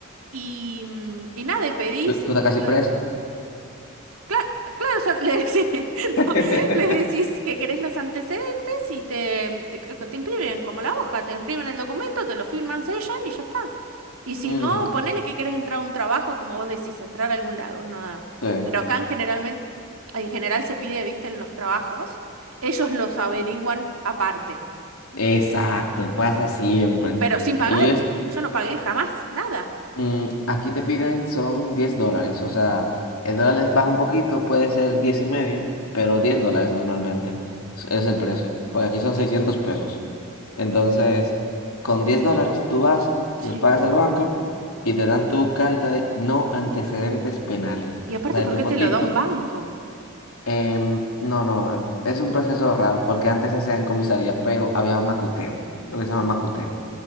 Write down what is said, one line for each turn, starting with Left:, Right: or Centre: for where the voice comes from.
Right: Y, mm, y nada, y pedís.
Left: ¿Tú, tú estás casi
Right: eh,
Left: presa?
Right: Claro, claro, o sea, le, <laughs> sí, no,
Left: <laughs>
Right: le decís que querés los antecedentes y te, te, eh, te imprimen como la hoja, te imprimen el documento, te lo firman, sellan y ya está. Y si
Left: Mm,
Right: no, ponele que querés entrar a un trabajo, como vos decís, entrar a algún lado. una-
Left: sí.
Right: Pero acá en generalmente, en general se pide, viste, en los trabajos, ellos los averiguan aparte,
Left: Exacto, pasa siempre.
Right: pero sin pagar.
Left: ellos
Right: Yo no pagué jamás, nada.
Left: Mm, aquí te piden son 10 dólares, o sea, el dólar es- baja un poquito, puede ser 10 y medio, pero 10 dólares normalmente es es el precio, porque aquí son 600 pesos. Entonces, con 10 dólares tú vas,
Right: Sí.
Left: los pagas al banco y te dan tu carta de no antecedentes penales,
Right: Y aparte,
Left: o sea, de
Right: ¿por
Left: tu
Right: qué
Left: fotito.
Right: te lo da un banco?
Left: Em, no, no, es un proceso raro, porque antes se hacía en comisaría, pero había macuteo, lo que se llama macuteo